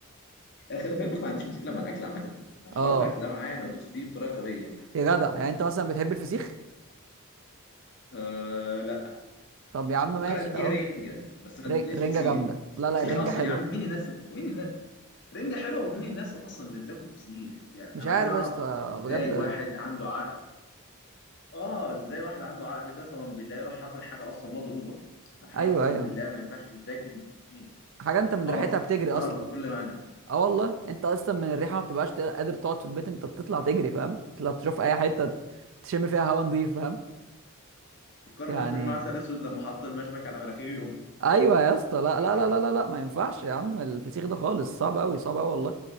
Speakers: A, on the left (about 55°); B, on the right (about 65°).
A: أنا خلي في علمك ما عنديش مشكله مع الاكل عامه حر
B: اه
A: الاكل ده معايا انا ادوس فيه بطريقه غبيه
B: يا جدع يعني انت مثلا بتحب الفسيخ
A: أه لا
B: طب يا عم ماشي
A: ممكن اديها
B: اهو
A: رنجه بس ما اديش
B: ري- رنجه
A: فسيخ
B: جامده لا لا
A: فسيخ
B: الرنجه
A: اصلا
B: حلوه
A: يا عم مين الناس مين رنجة حلوة ومين الناس أصلا اللي بتاكل فسيخ يعني
B: مش
A: أنا
B: عارف
A: عايز أعرف
B: يا اسطى
A: إزاي
B: بجد
A: واحد عنده عقل آه إزاي واحد عنده عقل قسما بالله يروح ياكل حاجة أصلا مضروبة حاجة
B: ايوه
A: أصلا
B: ايوه
A: بالله ما ينفعش تتاكل باتنين.
B: حاجه انت من
A: قرف
B: ريحتها بتجري اصلا
A: قرف بكل معنى
B: اه والله انت اصلا من الريحه ما بتبقاش تق- قادر تقعد في البيت انت بتطلع تجري فاهم تطلع تشوف اي حته تشم فيها هوا نضيف فاهم
A: فكرنا
B: يعني
A: في فيلم عسل اسود لما حط المشبك على مناخيره
B: ايوه يا اسطى لا لا لا لا لا لا ما ينفعش يا عم الفسيخ ده خالص صعب قوي صعب قوي والله